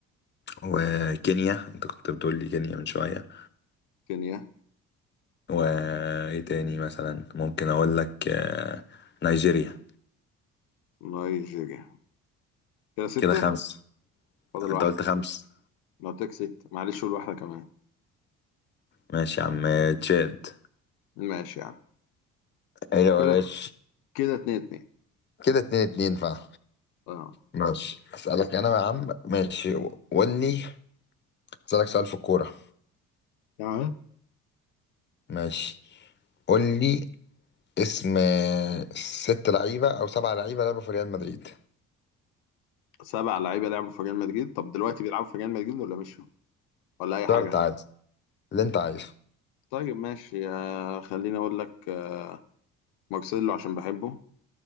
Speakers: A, on the left (about 25°); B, on the left (about 65°).
A: وكينيا أنت كنت بتقول لي كينيا من شوية
B: كينيا
A: وايه تاني مثلا ممكن اقول لك آه، نيجيريا
B: نيجيريا كده ستة
A: كده خمس
B: فاضل
A: انت
B: واحدة
A: قلت خمس
B: لو تك ستة معلش قول واحدة كمان
A: ماشي يا عم آه، تشاد
B: ماشي يعني
A: ايوه
B: كده
A: ماشي
B: كده اتنين اتنين
A: كده اتنين اتنين فعلا
B: اه
A: ماشي اسألك انا يا عم ماشي قول لي اسألك سؤال في الكورة
B: تعال
A: ماشي قول لي اسم آه، ست لعيبة او سبع لعيبة لعبوا في ريال مدريد
B: سبع لعيبة لعبوا في ريال مدريد طب دلوقتي بيلعبوا في ريال مدريد ولا مشوا؟ ولا اي
A: اخترت
B: حاجه
A: عادي اللي انت عايزه
B: طيب ماشي آه، خليني اقول لك آه، مارسيلو عشان بحبه